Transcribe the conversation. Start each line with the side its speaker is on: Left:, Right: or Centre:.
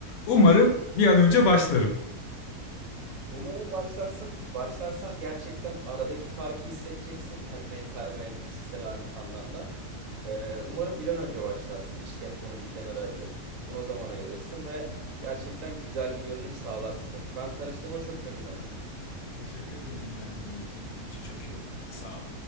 Left: Umarım bir an önce başlarım.
Right: Umarım başlarsın. Başlarsan gerçekten aradaki farkı hissedeceksin. Hem mental ve hem fiziksel an- anlamda. Ee, umarım bir an önce başlarsın. İş temponu bir kenara ayırıp buna zaman ayırırsın ve gerçekten güzel bir görünüm sağlarsın. Ben tanıştığıma çok memnun oldum.
Left: Teşekkür ederim bilgilendirme için. Benim için çok iyi oldu. Sağ ol.